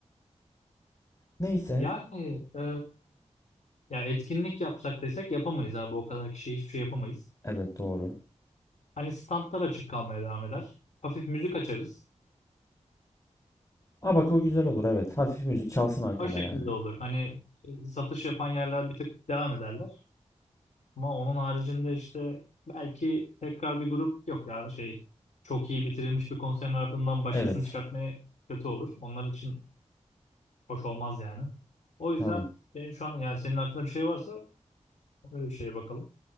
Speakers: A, on the left; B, on the left.
A: Neyse.
B: Yani e, ya etkinlik yapsak desek yapamayız abi. O kadar kişiye hiçbir şey yapamayız.
A: Evet doğru.
B: Hani standlar açık kalmaya devam eder. Hafif müzik açarız.
A: Aa bak o güzel olur evet. Hafif müzik çalsın arkada
B: O şekilde
A: yani.
B: olur. Hani e, satış yapan yerler bir tık devam ederler. Ama onun haricinde işte belki tekrar bir grup yok ya şey çok iyi bitirilmiş bir konserin ardından başkasını
A: Evet.
B: çıkartmaya kötü olur. Onlar için hoş olmaz yani. O yüzden
A: Tamam.
B: benim şu an yani senin aklında bir şey varsa öyle bir şeye bakalım.